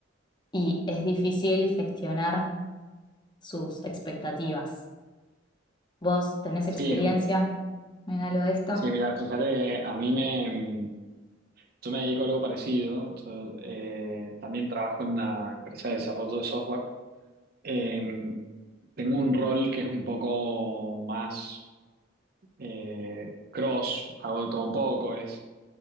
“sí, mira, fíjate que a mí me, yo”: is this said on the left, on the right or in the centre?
Right